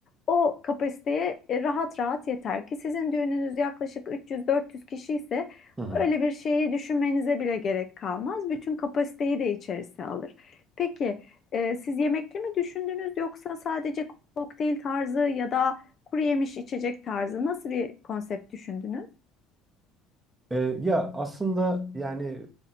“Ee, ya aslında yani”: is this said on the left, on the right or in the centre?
Right